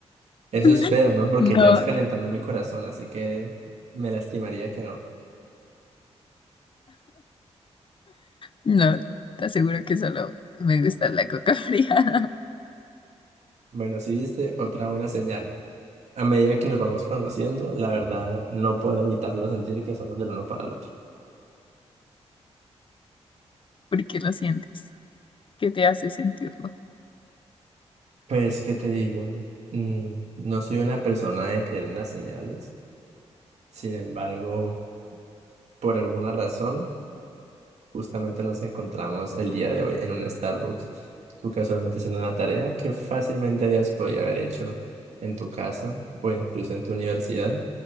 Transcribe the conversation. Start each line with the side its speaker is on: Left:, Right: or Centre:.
Right: Eso
Left: <laughs>
Right: espero, ¿no? Porque
Left: No,
Right: ya es calentando mi corazón, así que me lastimaría que no.
Left: no. Te aseguro que solo me gusta la coca fría. <laughs>
Right: Bueno, si viste, otra buena señal. A medida que nos vamos conociendo, la verdad no puedo evitarlo sentir que somos del uno para el otro.
Left: Porque lo sientes. ¿Qué te hace sentirlo?
Right: Pues, ¿qué te digo? Mm, no soy una persona de creer en las señales. Sin embargo, por alguna razón, justamente nos encontramos el día de hoy en un Starbucks. Tú casualmente haciendo una tarea que fácilmente habías podido haber hecho en tu casa o incluso en tu universidad,